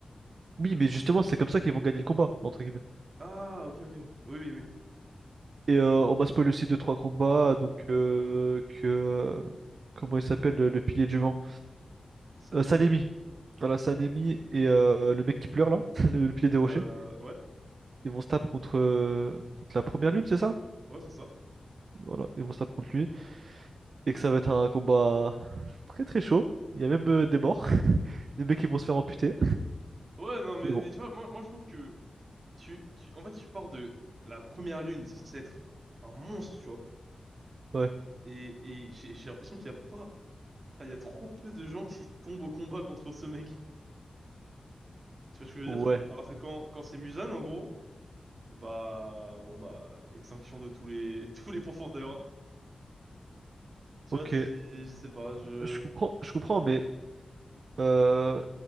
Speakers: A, on the right; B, on the right.
A: Oui, mais justement, c'est comme ça qu'ils vont gagner le combat, entre guillemets.
B: Ah, ok, ok. Oui, oui, oui.
A: Et euh, on m'a spoil aussi deux, trois combats, donc euh, que. euh, Comment il s'appelle, le, le pilier du vent?
B: Sanemi.
A: Euh, Sanemi. Voilà, Sanemi et euh, le mec qui pleure là, <laughs> le, le pilier des
B: Euh,
A: rochers.
B: ouais,
A: Ils vont se taper contre, euh, contre la première lune, c'est ça?
B: ouais, c'est ça.
A: Voilà, ils vont se taper contre lui. et que ça va être un combat très très chaud. Il y a même euh, des morts, <laughs> des mecs qui vont se faire amputer.
B: Ouais, non, mais,
A: Mais bon,
B: mais tu vois, moi, moi, je trouve que tu, tu, en fait, tu pars de la première lune, c'est censé être un monstre, tu vois.
A: ouais,
B: Et, et j'ai, j'ai l'impression qu'il y a pas, enfin, il y a trop peu de gens qui tombent au combat contre ce mec. Tu vois ce que je
A: ouais,
B: veux dire? Alors que quand, quand c'est Muzan, en gros, bah, bon, bah, extinction de tous les, <laughs> tous les pourfendeurs. Tu
A: ok.
B: vois, c'est, je sais pas, je.
A: Je comprends, je comprends, mais euh,